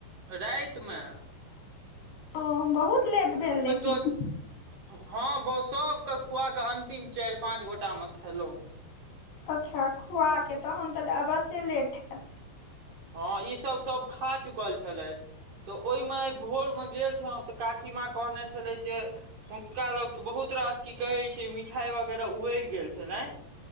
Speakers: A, on the right; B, on the left.
A: राइत में।
B: ओ बहुत लेट भेल लेकिन
A: तोज हँ बौ सबके खुआ कऽ अंतिम चारि पाँच गोटा मे खेलों।
B: अच्छा खुआकेऽ तहन तऽ अवश्य लेट हयैत।
A: हँ ईसभ सभ खा चुकल छलैथ। तऽ ओहिमे आइ भोर में गेल छौ तऽ काकी माँ कहने छलै जे हुनका लग बहुत रास की कहै छैयमिठाई वगैरह उबैर गेल छलैन।